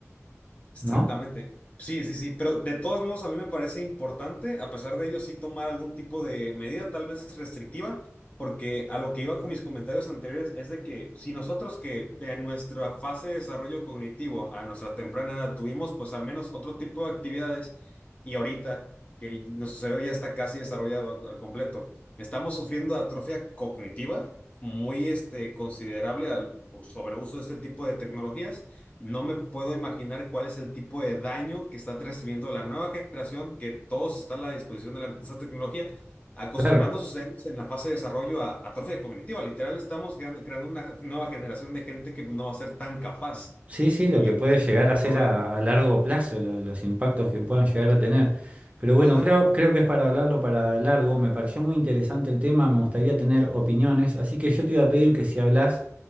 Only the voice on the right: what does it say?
¿no?
Claro.
Sí, sí, lo
que
puede llegar
a ser
a, a largo plazo, lo- los impactos que puedan llegar a tener. Pero bueno,
creo, creo que es para hablarlo para largo. Me pareció muy interesante el tema, me gustaría tener opiniones, así que yo te iba a pedir que si hablas